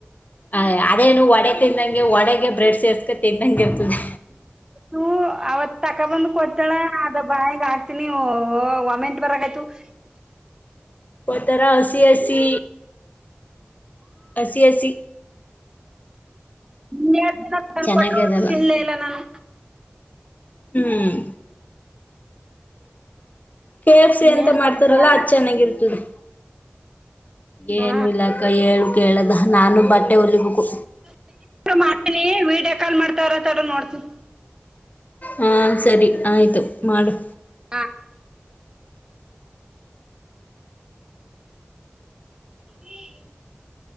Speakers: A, on the left; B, on the right.
A: ಆ ಅದೇನು ಒಡೆಗೆ ತಿಂದಂಗೆ ಒಡೆಗೆ ಬ್ರೆಡ್ ಸೇರ್ಸ್ಕ ತಿನ್ನಂಗೆ ಇರ್ತದೆ
B: <unintelligible> ಅವತ್ ತಕ ಬಂದ್ ಕೊಡ್ತಾಳ ಅದ ಬಾಯಗ ಆಕ್ತನಿ ವಾಮೆಂಟ್ ಬರಗ ಆಯ್ತು <inaudible>
A: ಒಂತರಾ ಹಸಿ ಹಸಿ ಹಸಿ ಹಸಿ
B: ನಿನ್ ಜನ ತನ್ಪೊಂಡರು
A: ಚೆನ್ನಾಗಿರಲ್ಲ
B: ತಿನ್ಲೇ ಇಲ್ಲ ನಾನು
A: ಹ್ಮ್ ಕೆ ಎಫ್ ಸಿ
B: ಇನ್ನೇನ್
A: ಅಂತ ಮಾಡ್ತಾರಲ್ಲ
B: ಸಮಾಚಾರ
A: ಅದು ಚೆನ್ನಾಗಿರ್ತದೆ
B: ಹಾ
A: ಏನು ಇಲಕ್ಕ ಹೇಳಏನ್ ಕೇಳದ ನಾನೂ ಬಟ್ಟೆ ಹೊಲಿಬೇಕು
B: ಮಾಡ್ತನಿ ವೀಡಿಯೋ ಕಾಲ್ ಮಾಡ್ತಾರಥ ನೋಡ್ತನಿ
A: ಹಾ ಸರಿ ಆಯ್ತು ಮಾಡು
B: ಹಾ ಹ <unintelligible>